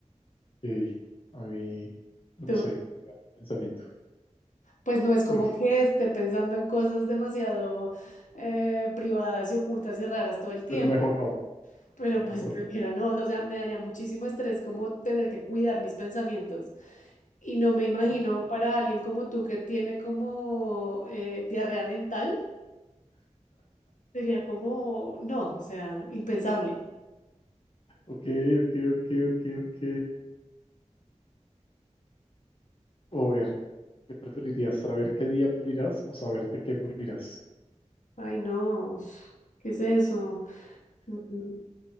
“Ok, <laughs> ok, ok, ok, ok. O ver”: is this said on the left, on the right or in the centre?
Left